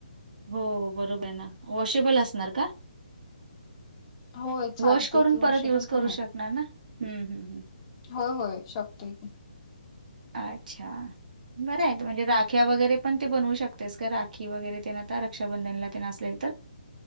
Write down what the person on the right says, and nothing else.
हो बरोबर आहे ना. वॉशेबल असणार का?
वॉश करून
परत युज करू
शकणार ना? हम्म, हम्म, हम्म.
अच्छा बरं आहेत म्हणजे राख्या वगैरे पण ते बनवू शकतेस का राखी वगैरे तेन आता रक्षाबंधनला ते असले तर?